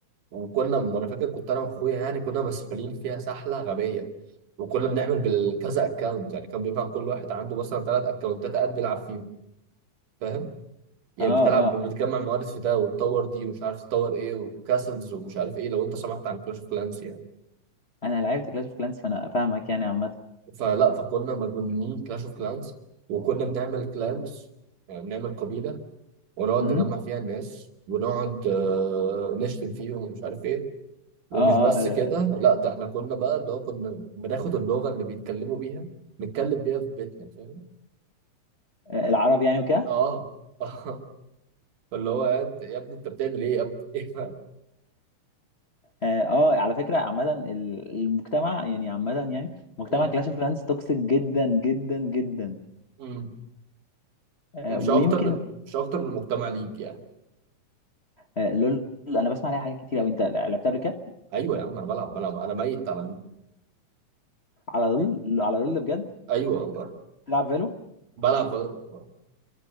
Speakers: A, on the right; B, on the left.
A: وكنا وانا فاكر كنت انا واخويا يعني كنا مسؤولين فيها سحله غبيه وكنا بنعمل بالكذا اكونت يعني كان بيبقى كل واحد عنده مثلا ثلاث اكونتات قاعد بيلعب فيهم فاهم يعني
B: اه
A: بتلعب
B: اه
A: بتجمع موارد في ده وتطور دي ومش عارف تطور ايه وكاسلز ومش عارف ايه لو انت سمعت عن كلاش اوف كلانس يعني
B: انا لعبت كلاش اوف كلانس فانا فاهمك يعني عامة
A: فلا فكنا مجنونين كلاش اوف كلانس وكنا بنعمل كلانز يعني بنعمل قبيله ونقعد
B: مم.
A: نجمع فيها الناس ونقعد آه، نشتم فيهم ومش عارف ايه ومش
B: اه
A: بس
B: اه ال-
A: كده لا ده احنا كنا بقى اللي هو كنا بناخد اللغة اللي بيتكلموا بيها نتكلم بيها في بيتنا فاهم
B: ال- العرب يعني وكده
A: اه <laughs> اه فاللي هو يا أنت- يا ابني انت بتعمل ايه يا ابني <laughs> ايه بقى؟
B: اه آه، على فكرة عامة ال- المجتمع يعني عامة يعني مجتمع
A: مم.
B: كلاش اوف كلانس توكسيك جدا جدا جدا
A: مم.
B: آه،
A: مش
B: ويمكن
A: اكتر من مش اكتر من المجتمع ليك يعني
B: آه، لول انا بسمع عليها حاجات كتير قوي انت لعبتها قبل كده
A: ايوه يا عم انا بلعب بلعب انا ميت على ليك
B: على لول على لول بجد
A: ايوه والله
B: تلعب فالو
A: بلعب بلعب.